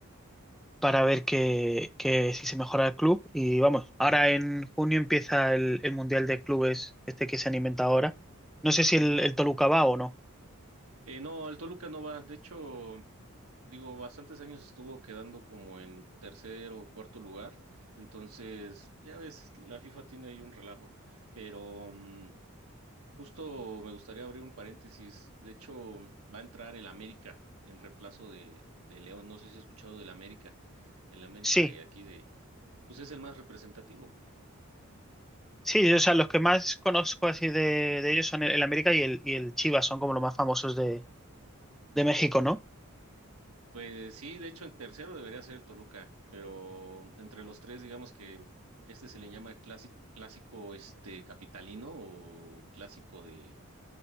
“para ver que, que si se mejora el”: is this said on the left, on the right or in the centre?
Centre